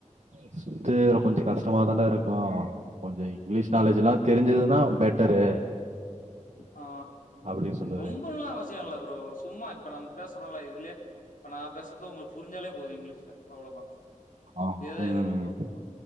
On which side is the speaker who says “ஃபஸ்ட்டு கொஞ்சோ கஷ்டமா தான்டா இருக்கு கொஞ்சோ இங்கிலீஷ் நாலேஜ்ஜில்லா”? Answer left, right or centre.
Right